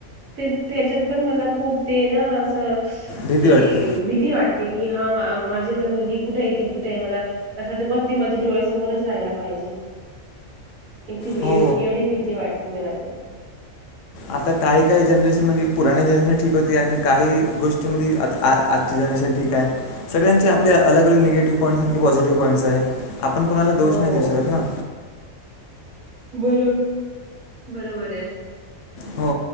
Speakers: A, on the right; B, on the left.
A: ते त्याच्यात पण मला खूप ते ना असं
B: भीती
A: ते
B: वाटते
A: भीती वाटती कि हा मा माझी आता मुलगी कुठे आहे ती कुठे आहे मला असं बस ती माझी डोळ्यासमोरच राहायला पाहिजे इथे
B: हो
A: एवढी भीती वाटती मला तर
B: आता काही काही जनरेशन म पुराणे जनरेशन ठीक होते आणि काही गोष्टी म आ आजची जनरेशन ठीक आहे सगळ्यांचे आपले अलग अलग निगेटिव्ह पॉईंट्स आणखी पॉझिटिव्ह पॉइंट्स आहे आपण कोणाला
A: हो.
B: दोष नाही देऊ शकत ना
A: बर बरोबर आहे
B: हो